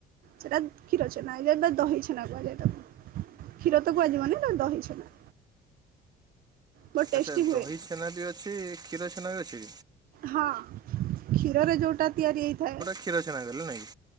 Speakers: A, on the right; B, on the right.
A: ସେଟା କ୍ଷୀର ଛେନା ହେଇଯାଏ, ବା ଦହି ଛେନା କୁହାଯାଏ। କ୍ଷୀର ତ କୁହାଯିବନି, ସେଟା ଦହି ଛେନା। ବହୁତ ଟେଷ୍ଟି
B: ଆଛା, ଦହି
A: ହୁଏ।
B: ଛେନା ବି ଅଛି, କ୍ଷୀର ଛେନା ବି ଅଛି?
A: ହଁ, କ୍ଷୀରରେ ଯୋଉଟା ତିଆରି ହେଇଥାଏ।
B: କ୍ଷିର ଛେନା କଇଲ, ନାଇଁ?